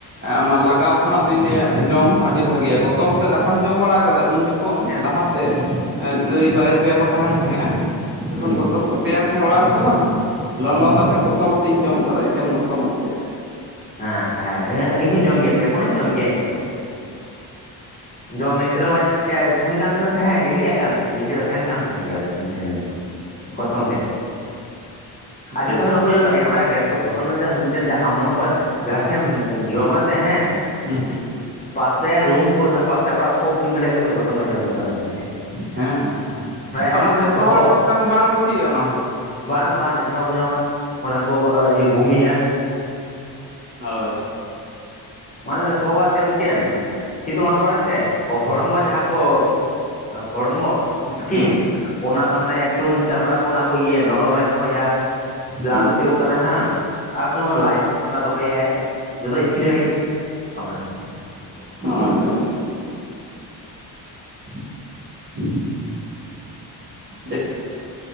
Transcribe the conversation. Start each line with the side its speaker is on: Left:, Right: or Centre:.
Right: ᱚᱱᱟ ᱞᱟᱜᱟᱣ ᱠᱷᱚᱱᱟᱜ ᱫᱩᱧ ᱞᱟᱹᱭᱟ ᱡᱚᱢ ᱟᱹᱰᱤ ᱵᱷᱟᱜᱮᱭᱟ ᱜᱚᱛᱚᱢ ᱟᱛᱮ ᱫᱟᱠᱟᱢ ᱡᱚᱢ ᱵᱟᱲᱟ ᱟᱠᱟᱫᱟ ᱩᱱ ᱡᱚᱠᱷᱚᱱ ᱛᱚᱠᱷᱚᱱ
Left: ᱦᱮᱸ
Right: ᱞᱟᱦᱟᱛᱮ
Left: ᱦᱩᱸ ᱦᱩᱸ
Right: ᱜᱟᱹᱭ ᱵᱟᱨᱭᱟ ᱯᱮᱭᱟ ᱠᱚ ᱛᱟᱦᱮᱱ ᱛᱟᱦᱮᱸᱜᱼᱟ ᱡᱚᱠᱷᱚᱱ
Left: ᱦᱩᱸ
Right: ᱜᱚᱛᱚᱢ ᱠᱚ ᱛᱮᱭᱟᱨ ᱚᱲᱟᱜ ᱨᱮᱥᱮ ᱵᱟᱝ ᱞᱚᱞᱚ
Left: ᱦᱩᱸ
Right: ᱫᱟᱠᱟ ᱜᱚᱛᱚᱢ ᱟᱛᱮᱧ ᱡᱚᱢ ᱟᱠᱟᱫᱟ ᱮᱠᱮᱱ ᱜᱚᱛᱚᱢ ᱟᱛᱮ
Left: ᱦᱮᱸ ᱦᱮᱸ ᱤᱧ ᱦᱚᱸᱧ ᱡᱚᱢ ᱜᱮᱭᱟ ᱮᱠᱷᱚᱱᱚᱧ ᱡᱚᱢ ᱜᱮᱭᱟ ᱤᱧ ᱫᱚ ᱡᱚᱢ <unintelligible> ᱛᱟᱦᱮᱸᱱ ᱠᱟᱱ ᱛᱟᱦᱮᱜ ᱥᱮ ᱦᱮᱸ ᱤᱫᱤᱠᱟᱜ ᱠᱟᱱ ᱛᱟᱦᱮᱱᱤᱧ ᱤᱧ ᱴᱷᱮᱱ ᱫᱚ ᱛᱟᱦᱮᱱ ᱠᱟᱱ ᱛᱟᱦᱮᱱ <inaudible> ᱜᱮᱭᱟ ᱤᱧ ᱴᱷᱮᱱ ᱫᱚ ᱜᱚᱛᱚᱢ ᱛᱮᱫ ᱟᱨ
Right: ᱪᱚᱝ
Left: ᱡᱷᱚᱛᱚ ᱦᱚᱲ ᱵᱟᱝᱠᱚ ᱡᱚᱢ ᱫᱟᱲᱮᱭᱟᱜᱼᱟ ᱚᱱᱟ ᱨᱮᱭᱟᱜ ᱜᱮᱛᱚ ᱜᱚᱛᱚᱢ ᱫᱚ ᱢᱤᱫ ᱢᱤᱫᱴᱮᱱ ᱟᱢ ᱢᱚᱱᱚ ᱠᱚᱨ <unintelligible> ᱡᱟᱦᱟᱸ ᱴᱷᱮᱢ ᱡᱚᱢ ᱟ ᱥᱮ ᱦᱮᱸ
Right: ᱦᱩᱸ ᱦᱩᱸ
Left: ᱯᱟᱥᱮ ᱨᱩᱢ ᱠᱚ ᱥᱮ ᱯᱟᱥᱮ ᱚᱲᱟᱜ ᱠᱚ ᱵᱩᱡᱽ ᱫᱟᱲᱮᱭᱟᱜᱼᱟᱠᱚ ᱡᱮ ᱜᱚᱛᱚᱢᱮ ᱡᱚᱢ ᱫᱟ ᱢᱮᱱᱛᱮ
Right: ᱦᱮᱸ
Left: ᱡᱟᱦᱟᱸ
Right: ᱚᱱᱟ
Left: ᱢᱤᱫᱴᱮᱱ
Right: ᱫᱚ ᱡᱷᱚᱛᱚ
Left: ᱥᱚ
Right: ᱦᱚᱲ ᱪᱮᱛᱟᱱ ᱵᱟᱝ ᱨᱩᱪᱤᱜᱼᱟ ᱚᱱᱟ ᱦᱚᱸ
Left: ᱵᱟᱝ ᱵᱟᱝ ᱡᱚᱛᱚ ᱦᱚᱲᱣᱟᱠᱚ ᱡᱚᱢᱟ ᱚᱱᱟ ᱠᱚ ᱤᱭᱟᱹ ᱵᱳᱢᱤᱭᱟ
Right: ᱦᱳᱭ
Left: ᱢᱟᱱᱮ ᱫᱚ ᱥᱳᱣᱟᱥᱮ ᱢᱤᱫᱴᱮᱱ ᱠᱤᱱᱛᱩ ᱚᱱᱟ ᱫᱚ ᱵᱟᱲᱟᱭᱟᱢᱥᱮ ᱦᱚᱲᱢᱚ ᱡᱟᱦᱟᱸ ᱠᱚ ᱦᱚᱲᱢᱚ ᱥᱠᱤᱱ
Right: ᱦᱩᱸ
Left: ᱚᱱᱟ ᱛᱟᱨ ᱢᱟᱱᱮ ᱮᱠᱴᱩ <inaudible> ᱪᱟᱢᱲᱟ ᱠᱚ ᱚᱱᱟ ᱠᱚ ᱤᱭᱟᱹ ᱱᱚᱨᱚᱢᱮ ᱫᱚᱦᱚᱭᱟ ᱯᱞᱟᱥ
Right: ᱦᱩᱸ
Left: ᱦᱩᱭᱩᱜ ᱠᱟᱱᱟ ᱦᱟᱜ ᱟᱨ ᱫᱚ ᱞᱟᱡ ᱦᱚᱸ ᱴᱷᱟᱱᱰᱟ ᱫᱚᱦᱚᱭᱟᱭ ᱡᱚᱛᱚ ᱤᱥᱠᱤᱱ <inaudible> <inaudible>
Right: <unintelligible> <inaudible> ᱴᱷᱤᱠ